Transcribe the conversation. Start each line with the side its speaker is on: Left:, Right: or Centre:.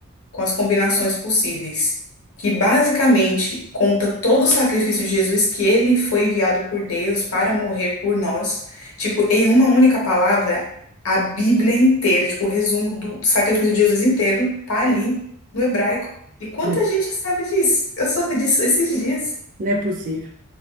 Left: com as combinações possíveis, que basicamente conta todo o sacrifício de Jesus que ele foi enviado por Deus para morrer por nós. Tipo, em uma única palavra, a Bíblia inteira, tipo, o resumo do sacrifício de Jesus inteiro tá ali no hebraico. E quanta
Right: Né,
Left: gente que sabe disso? Eu soube disso esses dias.
Right: Não é possível.